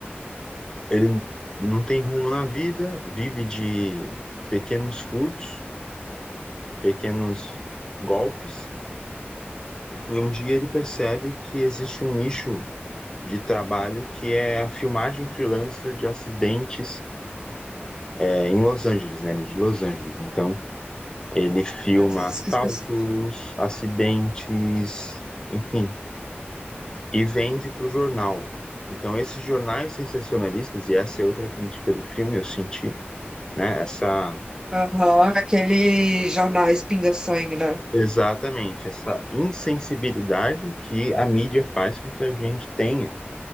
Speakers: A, on the left; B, on the right.
A: ele não tem rumo na vida, vive de pequenos furtos, pequenos golpes, e um dia ele percebe que existe um nicho de trabalho que é a filmagem freelancer de acidentes é, em Los Angeles, né? Ele é de Los Angeles. Então, ele filma
B: Meu Deus,
A: assaltos,
B: que específico.
A: acidentes, enfim, e vende para o jornal. Então, esses jornais sensacionalistas, e essa é outra crítica do filme, eu senti, né? Essa,
B: Aham, aquele jornais pinga-sangue, né?
A: exatamente, essa insensibilidade que a mídia faz com que a gente tenha,